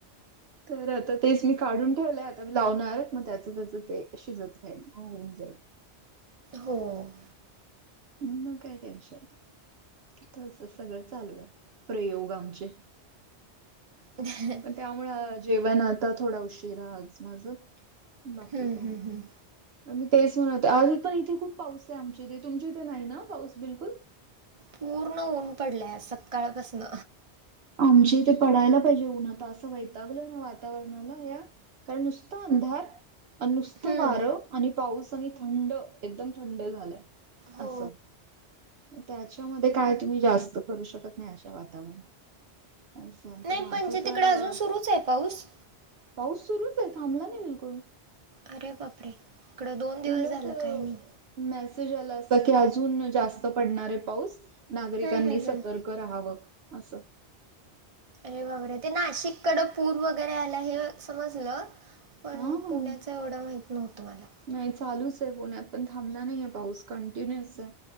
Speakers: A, on the right (about 65°); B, on the right (about 30°).
A: तर आता तेच मी काढून ठेवलंय आता लावणारत मग त्याच त्याच ते शिजत राहिल मग होऊन जाईल
B: हो
A: म्हणूनच काय टेन्शन नाही. तसं सगळं चालू आहे प्रयोग आमचे.
B: हं ह
A: त्यामुळे जेवण आता थोडं उशिराच माझं बाकी
B: हम्म,
A: काही
B: हम्म,
A: नाही.
B: हम्म.
A: मी तेच म्हणते आज पण इथे खूप पाऊस आहे आमची इथे तुमचे इथे नाही ना पाऊस बिलकुल.
B: पूर्ण ऊन पडलंय आज सकाळपासन.
A: आमचे इथे पडायला पाहिजे पण आता असं वैतागलोय ना वातावरणाला. काय नुसता अंधार. नुसतं
B: हम्म.
A: वारं आणि पाऊस आणि थंड एकदम थंड झालंय
B: हो.
A: असं. त्याच्यामध्ये काय तुम्ही जास्त करू शकत नाही अशा वातावरणात. असं आहे
B: नाही
A: तर माझं
B: म्हणजे
A: तर
B: तिकडं अजून
A: अ,
B: सुरूच आहे पाऊस.
A: पाऊस सुरूच आहे थांबला नाही बिलकुल.
B: अरे बापरे इकडं दोन दिवस
A: उलट
B: झालं काय नाही.
A: मेसेज आला असा की अजून जास्त पडणारे पाऊस. नागरिकांनी
B: हम्म, हम्म,
A: सतर्क
B: हम्म.
A: राहावं असं.
B: अरे बापरे ते नाशिक कडे पूर वगैरे आलाय हे समजलं. पण
A: हा
B: पुण्याच एवढं माहित नव्हत मला.
A: नाही चालूच आहे पुण्यात पण थांबला नाहीये पाऊस कंटिन्युअच आहे.